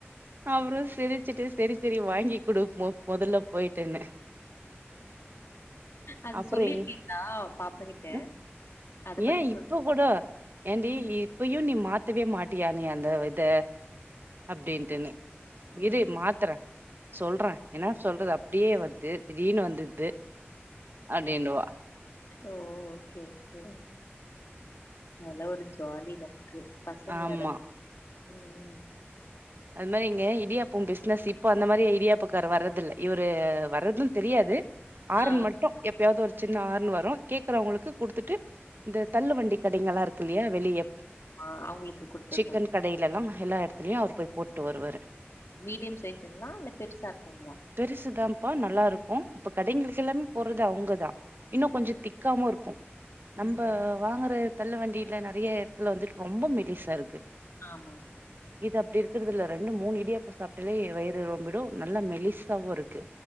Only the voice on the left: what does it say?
அது
சொல்லிருக்கீங்ளா
பாப்பா கிட்ட
அத
பத்தி
சொல்
ம்
ம்
ஓ ஓகே ஓகே அதெல்லா ஒரு ஜாலி நமக்கு பசங்க
வேற ம்
ஆ,
ஆ அவங்களுக்கு குடுத்துடுறாங்க.
மீடியம் சைஸுங்களா இல்ல பெருசா இருக்குங்களா
ம்ஹ்ம்.
ஆமாமா